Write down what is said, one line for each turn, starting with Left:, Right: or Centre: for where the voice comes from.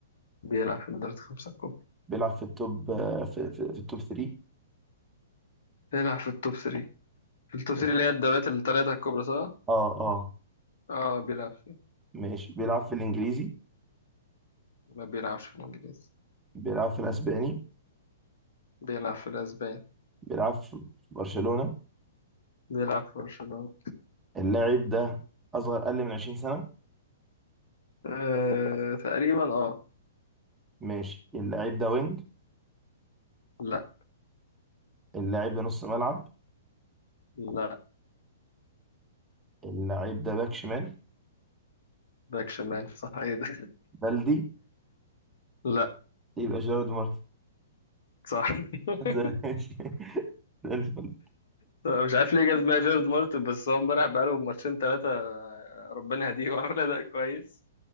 Left: بيلعب في الدوريات الخمسة الكبرى
Right: بيلعب في التوب آه، في, في, في التوب 3
Left: بيلعب في التوب 3 في التوب
Right: ماشي.
Left: 3 اللي هي الدوريات الثلاثة الكبرى صح؟
Right: اه اه
Left: اه بيلعب فيه
Right: ماشي بيلعب في الانجليزي
Left: ما بيلعبش في الإنجليزي
Right: بيلعب في الاسباني
Left: بيلعب في الأسبان
Right: بيلعب في في برشلونة
Left: بيلعب في برشلونة
Right: اللاعب ده اصغر اقل من 20 سنة
Left: آه تقريبا اه
Right: ماشي اللاعب ده وينج
Left: لا
Right: اللاعب ده نص ملعب
Left: لا
Right: اللاعب ده باك شمال
Left: باك شمال صح ايه ده
Right: بلدي
Left: <laughs> لا
Right: يبقى جيرارد مارتن
Left: صح <laughs>
Right: <laughs> زي- ماشي.
Left: مش عارف ليه جاب دماغي جيرارد مارتن بس هو امبارح بقاله ماتشين ثلاثة ربنا يهديه وعمل أداء كويس